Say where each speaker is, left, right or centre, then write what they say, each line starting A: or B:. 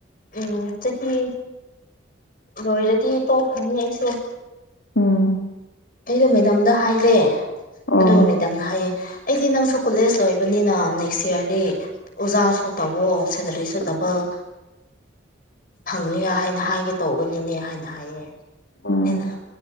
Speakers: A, on the left (about 45°); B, on the left (about 80°).
A: ꯎꯝ ꯆꯍꯤ ꯂꯣꯏꯔꯗꯤ ꯇꯣꯛꯈ꯭ꯔꯅꯤ ꯑꯩꯁꯨ
B: ꯎꯝ
A: ꯑꯩꯗꯣ ꯃꯦꯗꯥꯝꯗ ꯍꯥꯏꯔꯦ
B: ꯎꯝ
A: ꯑꯗꯨꯒ ꯃꯦꯗꯥꯝꯅ ꯍꯥꯏꯌꯦ ꯑꯩꯗꯤ ꯅꯪꯁꯨ ꯀꯣꯂꯦꯖ ꯂꯣꯏꯕꯅꯤꯅ ꯅꯦꯛꯁ ꯏꯌꯥꯔꯗꯤ ꯑꯣꯖꯥꯁꯨ ꯇꯧꯋꯣ ꯁꯦꯂꯔꯤꯁꯨ ꯅꯕ ꯐꯪꯅꯤ ꯍꯥꯏꯅ ꯍꯥꯏꯒꯦ ꯇꯧꯕꯅꯤꯅꯦ ꯍꯥꯏꯅ ꯍꯥꯏꯌꯦ
B: ꯎꯝ
A: ꯑꯩꯅ